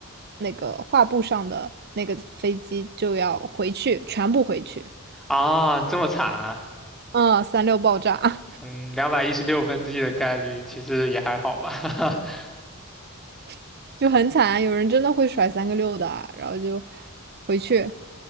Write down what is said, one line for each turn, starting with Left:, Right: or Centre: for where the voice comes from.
Right: 那个画布上的那个飞机就要回去，全部回去。
Centre: 啊，这么惨啊。
Right: 嗯，三六爆炸
Centre: 嗯，两百一十六分之一的概率，其实也还好吧。<laughs>
Right: <laughs> 就很惨，有人真的会甩三个六的啊然后就回去。